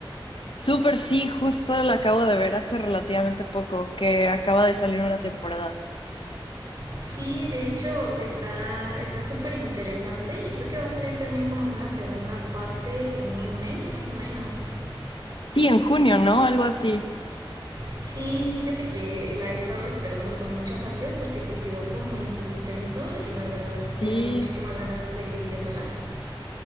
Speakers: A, on the left; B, on the right.
A: Súper, sí, justo la acabo de ver hace relativamente poco, que acaba de salir una temporada.
B: Sí, de hecho está está súper interesante y creo que va a salir también como una segunda parte en un mes más o menos.
A: Sí, en junio, ¿no? Algo así.
B: Sí, fíjate que la he estado esperando con muchas ansias porque se quedó como en suspenso y la verdad tengo
A: Sí.
B: muchísimas ganas de seguir viéndola.